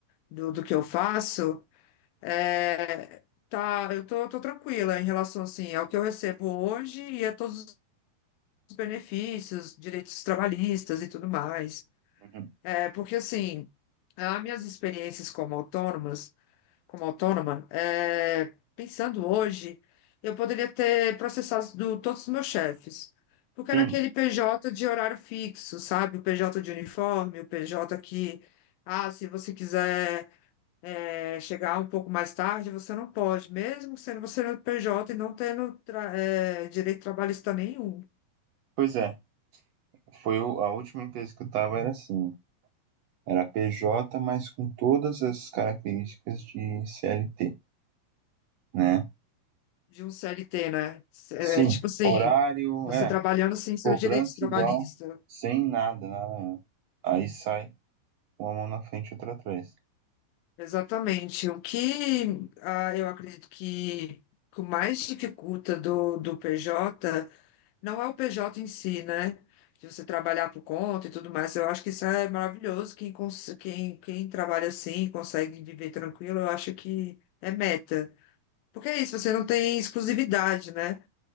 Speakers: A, on the left; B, on the right.
A: do, do que eu faço, é, tá, eu tô, tô tranquila em relação assim, ao que eu recebo hoje e a todos os benefícios, direitos trabalhistas e tudo mais.
B: Uhum.
A: É, porque assim, as minhas experiências como autônomas como autônoma, é, pensando hoje, eu poderia ter processado do- todos os meus chefes. Porque
B: Sim,
A: era aquele PJ de horário fixo, sabe? O PJ de uniforme, o PJ que, ah, se você quiser é, chegar um pouco mais tarde, você não pode, mesmo sendo você no PJ e não tendo tra- é, direito trabalhista nenhum
B: pois é. Foi o- a última empresa que eu estava era assim, era PJ, mas com todas as características de CLT, né?
A: de um CLT, né? É,
B: Sim,
A: tipo assim,
B: horário,
A: você
B: é,
A: trabalhando sem seus
B: cobrança
A: direitos trabalhistas.
B: igual, sem nada, nada. mesmo. Aí sai uma mão na frente e outra atrás.
A: Exatamente. O que ah, eu acredito que o mais dificulta do, do PJ não é o PJ em si, né? De você trabalhar por conta e tudo mais. Eu acho que isso é maravilhoso. Quem, cons- quem, quem trabalha assim, consegue viver tranquilo, eu acho que é meta. Porque é isso, você não tem exclusividade, né?